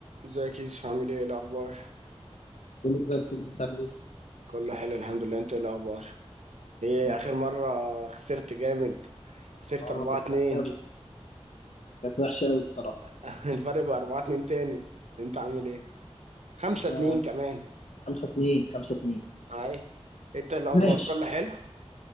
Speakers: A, on the right; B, on the left.
A: ازيك يا يوسف عامل ايه إيه الاخبار
B: كله زي الفل اللي انت عامل ايه؟
A: كله حلو الحمد لله انت ايه الاخبار ايه
B: الحمد
A: اخر
B: لله
A: مره خسرت جامد خسرت
B: اه
A: 4
B: كانت
A: 2
B: وحشة أوي كانت وحشة أوي الصراحة
A: <laughs> الفرق بقى 4 2 تاني انت عامل ايه 5
B: أنا
A: 2 كمان
B: خمسة اتنين خمسة اتنين
A: اي انت إيه الاخبار
B: ماشي
A: كله حلو